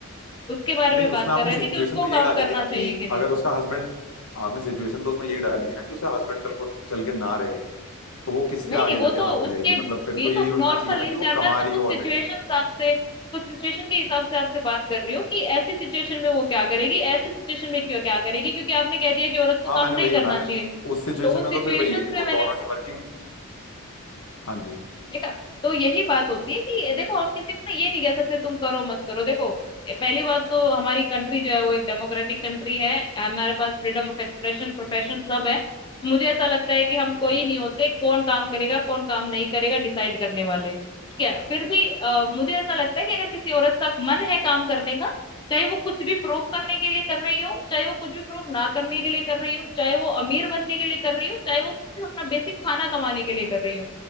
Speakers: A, on the left; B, on the left.
A: उसके बारे
B: नहीं
A: में बात
B: उसमें
A: कर
B: आपने
A: रहे
B: सिचुएशन
A: थे कि उसको
B: तो यही
A: काम
B: डाली
A: करना
B: थी ना
A: चाहिए
B: कि
A: कि नहीं
B: अगर उसका हस्बैंड आपने सिचुएशन तो उसमें यही डाली थी ना कि उसका हस्बैंड कल को चल के ना रहे तो वो किसके
A: नहीं
B: आगे
A: नहीं वो
B: जाके
A: तो
B: हाथ फैलाएगी
A: उसके
B: मतलब फिर
A: ये
B: तो यही
A: तो
B: होना
A: नॉर्मल
B: चाहिए ना
A: इन
B: कि वो
A: जनरल
B: कमा
A: मैं
B: रही
A: कुछ
B: हो
A: सिचुएशन
B: ऑलरेडी
A: आपसे कुछ सिचुएशन के हिसाब से आपसे बात कर रही हूँ कि ऐसी सिचुएशन में वो क्या करेगी ऐसी सिचुएशन में क्यों क्या करेगी क्योंकि आपने कह दिया कि औरत को
B: हाँ
A: काम
B: मैंने
A: नहीं
B: वही
A: करना
B: बताया ना
A: चाहिए
B: कि उस सिचुएशन
A: तो उन
B: में तो
A: सिचुएशंस
B: फिर वही है कि
A: में
B: वो दोनों
A: मैंने
B: ही वर्किंग हाँ जी
A: देखा तो यही बात होती है कि देखो हम किसी को ना ये नहीं कह सकते तुम करो मत करो देखो ए, पहली बात तो हमारी कंट्री जो है वो एक डेमोक्रेटिक कंट्री है हमारे पास फ्रीडम ऑफ एक्सप्रेशन प्रोफेशन सब है तो मुझे ऐसा लगता है कि हम
B: हम्म
A: कोई नहीं होते कौन काम करेगा कौन काम नहीं करेगा डिसाइड करने वाले ठीक है फिर भी अ, मुझे ऐसा लगता है कि अगर किसी औरत का मन है काम करने का चाहे वो कुछ भी प्रूव करने के लिए कर रही हो चाहे वो कुछ भी प्रूव ना करने के लिए कर रही हो चाहे वो अमीर बनने के लिए कर रही हो चाहे वो सिर्फ अपना बेसिक खाना कमाने के लिए कर रही हो